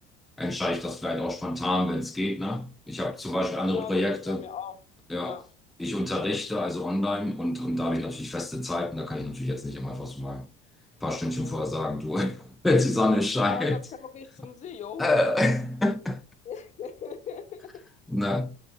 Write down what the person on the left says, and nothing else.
Ja,
genau
so ist das bei mir auch.
Ja.
Nee,
nee.
Du, heute habe ich keinen Bock, nicht zum See, yo.
<laughs>